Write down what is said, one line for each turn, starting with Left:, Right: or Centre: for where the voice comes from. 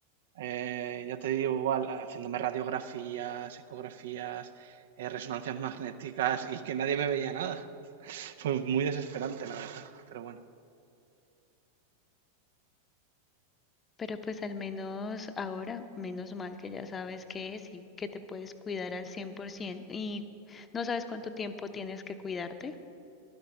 Right: Eh, ya te digo, igual, haciéndome radiografías, ecografías, eh, resonancias magnéticas y que nadie me veía nada. <laughs> Fue muy desesperante, la verdad, pero bueno.
Left: Pero pues al menos ahora, menos mal que ya sabes qué es y que te puedes cuidar al 100% y no sabes cuánto tiempo tienes que cuidarte.